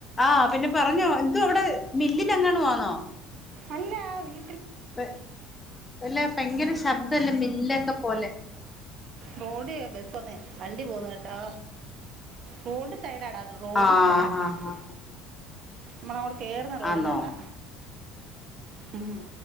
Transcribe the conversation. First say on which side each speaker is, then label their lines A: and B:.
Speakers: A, on the left (about 20°); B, on the right (about 60°).
A: ആ പിന്നെ പറഞ്ഞോ എന്തുവാ അവിടെ മില്ലിലെങ്ങാണുവാന്നോ?
B: അല്ലാ വീ
A: ബ് അല്ല ഭയങ്കര ശബ്ദം ഇല്ല മില്ലിലക്കെ പോലെ
B: റോഡില് ബസ് വന്നേ വണ്ടി പോകുന്ന് കേട്ടാ റോഡ് സൈഡാഡ അത് റോഡ്
A: ആഹ്
B: സൈഡാ
A: ഹാ
B: ആ ഹ
A: ഹാ
B: മ്മളങ്ങൊട് കേർന്ന റോഡിലോട്ടാ
A: ആന്നോ
B: മം